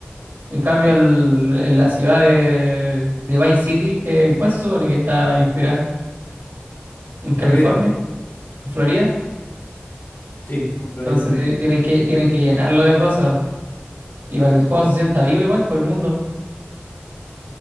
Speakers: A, on the right (about 80°); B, on the left (about 85°).
A: En cambio, el- en la ciudad de, de Vice City, que, ¿en cuál se supone que está inspirada?
B: en
A: ¿En
B: Florida,
A: California? ¿En Florida?
B: sí, en Florida.
A: Entonces tiene- tienen que, tienen que llenarlo de cosas. Y para que el juego se sienta vivo igual por el mundo.